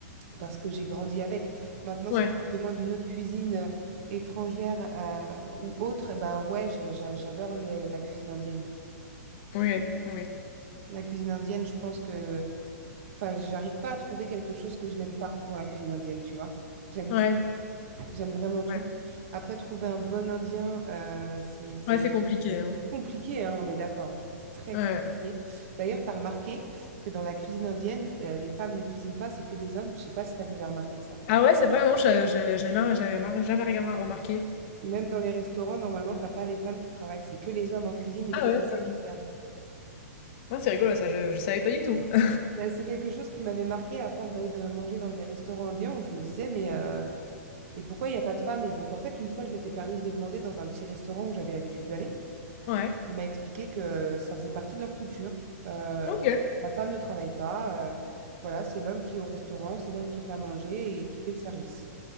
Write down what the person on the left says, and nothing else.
Ouais,
ouais, ouais,
ouais,
ouais,
ouais, c'est compliqué, hein.
Ouais.
ouais.
Ah ouais, c'est vrai, non, je- je- j'ai marre- j'avais marre- jamais rien remarqué.
Ah
ouais,
ça...
ouais, c'est rigolo, ça, je, je savais pas du tout. <laughs>
Ouais,
ok,